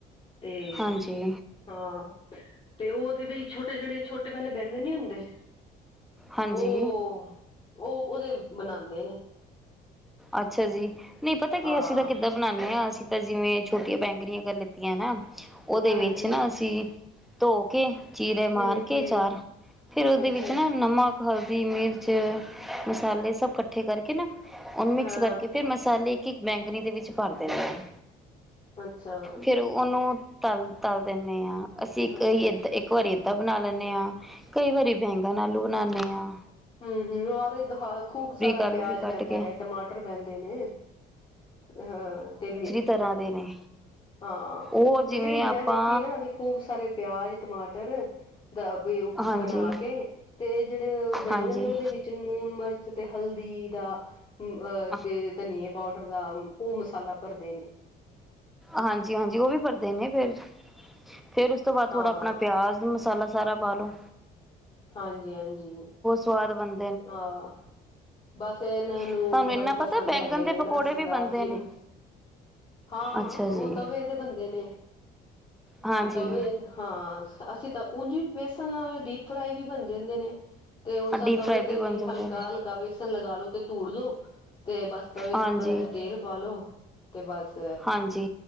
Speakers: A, on the left; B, in the centre.
A: ਤੇ-
B: ਹਾਂਜੀ
A: ਹਾਂ ਤੇ ਉਹ ਜੇੜੀ ਛੋਟੇ ਜਿਹੜੇ ਛੋਟੇ ਵਾਲੇ ਬੈਂਗਨ ਨੀ ਹੁੰਦੇ।
B: ਹਾਂਜੀ।
A: ਉਹ ਉਹ ਉਹਦੇ ਬਣਾਉਦੇ ਨੇ।
B: ਅੱਛਾ ਜੀ, ਨਹੀਂ ਪਤਾ ਕੀ
A: ਹਾਂ,
B: ਏ ਅਸੀਂ ਤਾਂ ਕਿੱਦਾਂ ਬ- ਬਣਾਦੇ ਹਾਂ ਅਸੀਂ ਤਾਂ ਜਿਵੇਂ ਛੋਟੀਆਂ ਬੈਂਗਰੀਆਂ ਆਗਰ ਲਿੱਤੀਆਂ ਨਾ, ਉਹਦੇ
A: ਹਾਂਜੀ,
B: ਵਿੱਚ ਨਾ ਅਸੀਂ। ਧੋ ਕੇ ਚੀਰੇ
A: ਹੂੰ-ਹੂੰ,
B: ਮਾਰ ਕੇ ਚਾਰ, ਫੇਰ ਉਹਦੇ
A: ਅੱਛਾ-ਅੱਛਾ,
B: ਵਿੱਚ ਨਾ ਨਮਕ- ਹਲਦੀ, ਮਿਰਚ, ਮਸਾਲੇ ਸਭ ਇਕੱਠੇ ਕਰਕੇ ਨਾ ਉਹਨੂੰ ਮਿਕਸ
A: ਹਾਂ,
B: ਕਰਕੇ ਫੇਰ ਮਸਾਲੇ ਇੱਕ - ਇੱਕ ਬੈਂਗਣੀ ਦੇ ਵਿੱਚ ਭਰ ਦਿੰਨੇ ਐਂ।
A: ਅੱਛਾ।
B: ਫੇਰ ਉਹਨੂੰ ਤਲ - ਤਲ ਦਿੰਦੇ ਹਾਂ ਅਸੀਂ ਇੱਕ
A: ਅੱਛਾ-ਅੱਛਾ।
B: ਵਾਰੀ ਏਦਾਂ ਇੱਕ ਵਾਰੀ- ਏ ਬਣਾ ਲੈਂਦੇ ਹਾਂ, ਕਈ ਵਾਰੀ ਬੈਂਗਾਣ ਆਲੂ ਬਣਾਉਦੇ ਹਾਂ।
A: ਹੂੰ - ਹੂੰ ਔਰ ਏਦਾਂ ਖੂਬ ਸਾਰਾ
B: ਆਲੂ
A: ਪਿਆਜ
B: ਵੀ ਕੱਟ
A: ਪੈਂਦਾ
B: ਕੇ
A: ਹੈ ਟਮਾਟਰ, ਟਰ ਪੈਂਦੇ ਨੇ, ਹਾਂ ਤੇ ਵੀ।
B: ਕਰਾਰੇ ਨੇ।
A: ਹਾਂ
B: ਉਹ
A: ਨਹੀਂ
B: ਜਿਵੇਂ
A: ਜਿਹੜੀ ਮੈਂ
B: ਆਪਾਂ
A: ਵੇਖੀ ਨਾ ਉਦੇ ਚ ਖੂਬ ਸਾਰੇ ਪਿਆਜ, ਟਮਾਟਰ, ਦਾ ਵੀ ਓ
B: ਹਾਂਜੀ
A: ਬਣਾ ਕੇ। ਤੇ ਜਿਹੜੇ ਬੈਂਗਣ
B: ਹਾਂਜੀ
A: ਨੇ ਉਹਦੇ ਵਿੱਚ ਨੂਣ, ਮਿਰਚ ਤੇ ਹਲਦੀ ਦਾ ਅ
B: ਅੱ
A: ਦੇ ਧਨੀਏ ਪਾਊਡਰ ਦਾ ਉਹ ਮਸਾਲਾ ਭਰਦੇ ਨੇ।
B: ਹਾਂਜੀ - ਹਾਂਜੀ ਉਹ ਵੀ ਭਰਦੇ ਨੇ ਫੇਰ, ਫੇਰ ਉਸ ਤੋਂ ਬਾਅਦ ਥੋੜਾ
A: ਹਾਂ,
B: ਆਪਣਾ ਪਿਆਜ ਮਸਾਲਾ, ਸਾਰਾ ਪਾਲੋ।
A: ਹਾਂਜੀ - ਹਾਂਜੀ।
B: ਸਵਾਦ ਬਣਦਾ।
A: ਆਹ। ਬਸ ਇਹਨਾਂ ਨੂੰ
B: ਤੁਹਾਨੂੰ
A: ਬੜੇ
B: ਇੰਨਾ ਪਤਾ
A: ਪਸੰਦ
B: ਬੈਂਗਣ
A: ਹੈਗੇ ਨੇ
B: ਦੇ
A: ਨਾ
B: ਪਕੌੜੇ
A: ਸਰਦਾਰ
B: ਵੀ ਬਣਦੇ
A: ਜੀ
B: ਨੇ
A: ਨੂੰ। ਹਾਂ - ਹਾਂ
B: ਅੱਛਾ
A: ਉਹ
B: ਜੀ
A: ਤਵੇ ਤੇ ਬੰਦੇ ਨੇ,
B: ਹਾਂਜੀ
A: ਤਵੇ- ਹਾਂ ਅਸੀਂ ਤਾਂ ਉਂਝ ਵੀ ਬੇਸਣ ਨਾਲ ਡੀਪ ਫਰਾਈ ਵੀ ਬਣ ਜਾਂਦੇ ਨੇ, ਤੇ ਉਹ ਸਤ-
B: ਡੀਪ ਫਰਾਈ
A: ਤਵੇ ਤੇ ਵੀ
B: ਬਣ ਜਾਂਦੇ
A: ਹਲਕਾ
B: ਨੇ
A: - ਹਲਕਾ ਵੇਸਣ ਲਗਾ ਲੋ ਤੇ ਤੂੜ ਲੋ, ਤੇ ਬਸ ਤਵੇ ਤੇ
B: ਹਾਂਜੀ
A: ਥੋੜਾ ਜੇ ਤੇਲ। ਪਾ ਲੋ ਤੇ ਬਸ
B: ਹਾਂਜੀ